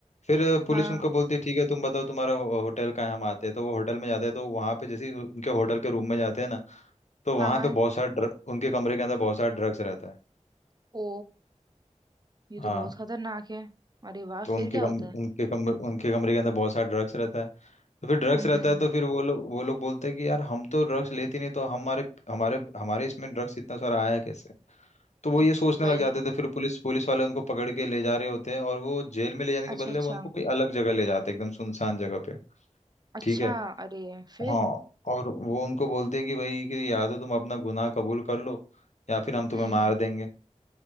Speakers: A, on the left; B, on the right.
A: फिर अ, पुलिस
B: हाँ
A: उनको बोलती है ठीक है तुम बताओ तुम्हारा हो- होटल कहाँ है हम आते हैं तो वो होटल में जाते हैं तो वहाँ पे जैसे ही उनके होटल के रूम में जाते हैं ना तो वहाँ
B: हाँ हाँ
A: पे बहुत सारा ड्र... उनके कमरे के अंदर बहुत सारा ड्रग्स रहता है
B: ओ ये तो
A: हाँ
B: बहुत खतरनाक है अरे वाह
A: तो
B: फिर
A: उनके
B: क्या
A: कम
B: होता है
A: उनके कम उनके कमरे के अंदर बहुत सारा ड्रग्स रहता है तो फिर ड्रग्स
B: हम्म
A: रहता
B: हम्म
A: है तो फिर वो लोग वो लोग बोलते हैं कि यार हम तो ड्रग्स लेते नहीं तो हमारे हमारे हमारे इसमें ड्रग्स इतना सारा आया कैसे तो वो
B: हम्म,
A: ये सोचने
B: वही
A: लग जाते थे फिर पुलिस पुलिस वाले उनको पकड़ के ले जा रहे होते हैं और वो जेल में ले जाने के
B: अच्छा
A: बदले
B: अच्छा
A: वो उनको कोई अलग जगह ले जाते हैं, एकदम सुनसान जगह पे
B: अच्छा
A: ठीक है
B: अरे फिर
A: हाँ और वो उनको बोलते हैं कि भाई कि या तो तुम अपना गुनाह कबूल कर लो या फिर हम तुम्हें
B: हम्म
A: मार देंगे